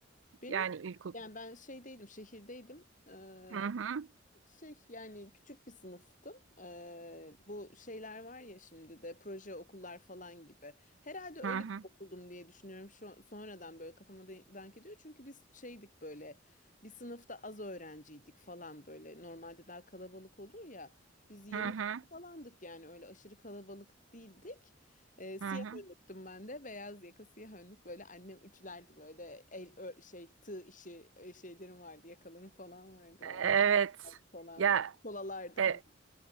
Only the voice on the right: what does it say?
Yani
ilk
Hı hı,
hı hı,
hı hı,
hı hı.
Evet.
Ya
e,